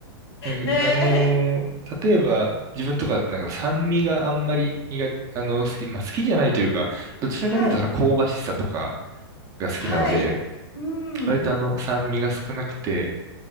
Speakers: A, on the right (about 25°); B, on the left (about 80°).
A: なんかあのー例えば、
B: ねえ。
A: 自分とかってなんか酸味があんまり苦手、あの、好き、まあ好きじゃないというか、どちらかというとその香ばしさとか
B: はい。
A: が好きなので、
B: はい。うん。
A: 割とあの、酸味が少なくて、